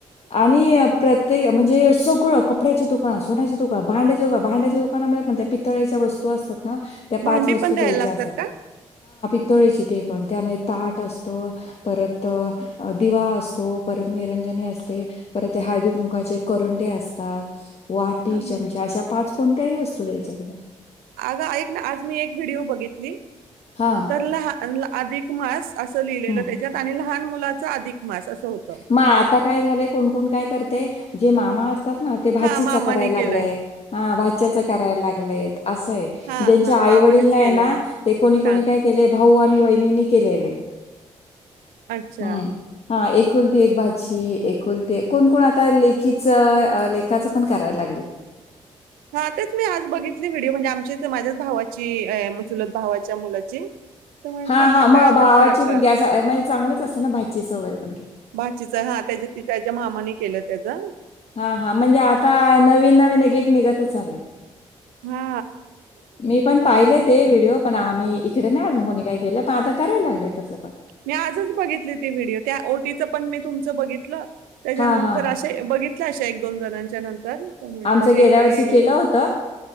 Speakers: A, on the left (about 45°); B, on the right (about 80°).
A: आणि अ, प्रत्येक म्हणजे सगळं कपड्याचे दुकान सोन्याचे दुकान भांड्याचे दुकान भांड्याच्या दुकानामध्ये त्या पितळ्याच्या वस्तू असतात ना त्या
B: भांडी
A: पाच वस्तू
B: पण द्यायला
A: द्यायच्या
B: लागतात
A: असतात
B: का
A: पीतळेची ते पण त्यामध्ये ताट असत परत दिवा असतो परत निरंजनी असते परत ते हळदी कुंकाचे करंडे असतात. वाटी
B: हा, हा.
A: चमचा अशा पाच कोणत्याही वस्तू द्यायच्या बदलून
B: अग ऐक ना आज मी एक व्हिडिओ बघितली
A: हा
B: तर लहाण अधिक मास असं लिहिलेलं
A: हम्म.
B: त्याच्यात आणि लहान. मुलाच अधिक मास. होतं
A: म आता काय झालं कोण कोण काय करते. ते जे मामा असतात ते. म्हणतात ना ते भाचीच
B: हा मामाने
A: करायला लागलंय
B: केलंय
A: हा भाच्याच करायला लागलेय, असंय
B: हा
A: ज्यांच्या
B: हा
A: आई
B: मामानेच
A: वडील नाही
B: केलेलं
A: ना ते कोणी कोणी
B: हा
A: काय केले भाऊ. वहिनी केलेले.
B: अच्छा
A: हम्म हा एक. एक भाजी एकुलते कोण कोण आता लेखीच लेखाच पण करायला लागले.
B: हा तेच मी आज बघितली व्हिडिओ म्हणजे आमच्या माझ्याच भावाची म्हणजे चुलत भावाच्या मुलाची. तर म्हंटल
A: हा हा मग
B: काय आता
A: भावाची
B: प्रकार
A: पण ग चांगलंच असत ना भाचीच. <inaudible>
B: भाचीच हाय हा त्याचीच त्याच्या मामाने. केलं त्याचा.
A: हा हा म्हणजे आता नवीन नवीन एक निघतच आले
B: हा
A: मी पण पाहिले ते. पण आम्ही इकडे नाही अजून कोणी काय केलं पण आता करायला लागले तसं पण.
B: मी आजच बघितली ते व्हिडिओ त्या ओटीचं पण मी तुमचं बघितलं. त्याच्यानंतर
A: हां, हां, हां.
B: असे बघितले. अशा एक दोन जणांच्या नंतर. तर म्हटलं
A: आमच
B: हे
A: गेल्या
B: काय
A: वर्षी
B: हम्म,
A: केल होत